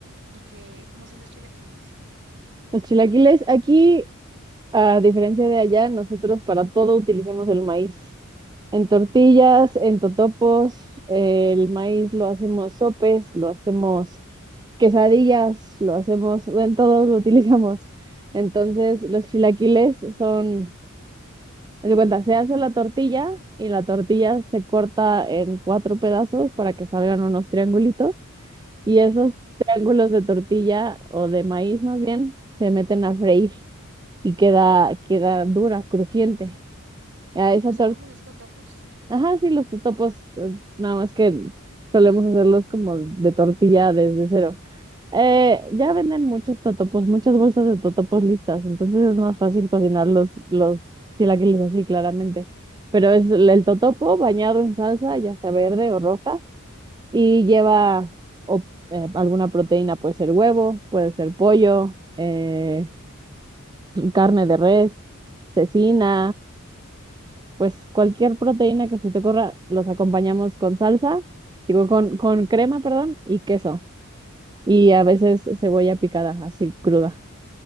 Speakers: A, on the right; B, on the right.
A: ¿Y que cómo son los chilaquiles?
B: Los chilaquiles aquí A diferencia de allá, nosotros para todo utilizamos el maíz. En tortillas,
A: Ujú. Okay,
B: en totopos, el maíz lo hacemos sopes, lo hacemos quesadillas, lo hacemos, en todo lo utilizamos. Entonces, los chilaquiles son, haz de cuenta, se hace la tortilla y la tortilla se corta en cuatro pedazos para que salgan unos triangulitos y esos
A: okay,
B: triángulos de tortilla o de maíz más bien se meten a freír y queda, queda dura, crujiente. A
A: Son,
B: esa torta,
A: son como unos totopos.
B: ajá, sí, los totopos, eh, nada más
A: okay,
B: que solemos hacerlos como de tortilla desde cero. Eh, ya venden muchos totopos, muchas bolsas de totopos listas, entonces es más fácil cocinar los, los chilaquiles así, claramente. Pero es el el totopo bañado en salsa, ya sea verde o roja, y lleva o- eh, alguna proteína, puede ser huevo, puede ser pollo, eh, carne de res, cecina. pues cualquier proteína que se te ocurra, los acompañamos con salsa, digo, con, con crema, perdón, y queso. Y a veces cebolla picada, así cruda.